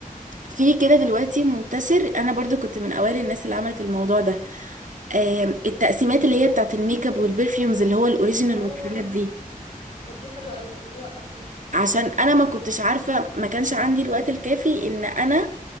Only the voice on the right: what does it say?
في كده دلوقتي منتشر أنا برضو كنت من أوائل الناس اللي عملت الموضوع ده آم، التقسيمات اللي هي بتاعت الميك اب والبرفيومز اللي هو الاوريجينال
والحاجات دي
عشان انا ما كنتش عارفه ما كانش عندي الوقت الكافي ان انا